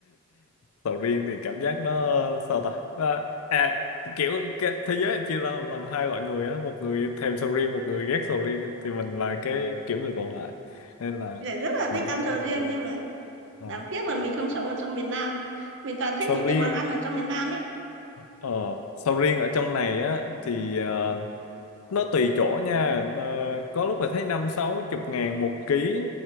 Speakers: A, on the left; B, on the right.
A: sầu riêng thì cảm giác nó sao ta Nó- à kiểu cái thế giới chia ra làm hai loại người á một người thèm sầu riêng một người ghét sầu riêng á. thì mình là cái kiểu người còn lại nên là
B: Mình lại rất là
A: mình
B: thích
A: không
B: ăn sầu
A: ăn
B: riêng
A: sầu riêng
B: nhưng mà
A: Ờ.
B: đáng tiếc là mình không sống ở trong miền Nam. Mình toàn thích
A: sầu
B: những
A: riêng
B: cái món
A: á,
B: ăn ở trong miền Nam ấy.
A: ờ, sầu riêng ở trong này á thì ờ, nó tùy chỗ nha Ờ, có lúc là thấy năm sáu chục ngàn một ký